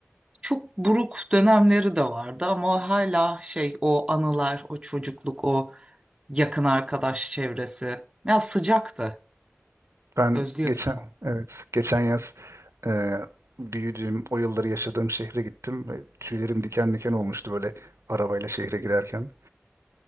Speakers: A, on the right (about 20°); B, on the right (about 80°).
A: Çok buruk dönemleri de vardı ama hala şey o anılar, o çocukluk, o yakın arkadaş çevresi. Ya sıcaktı.
B: Ben
A: Özlüyor
B: geçen,
A: insan
B: evet, geçen yaz e, büyüdüğüm, o yılları yaşadığım şehre gittim ve tüylerim diken diken olmuştu böyle arabayla şehre giderken.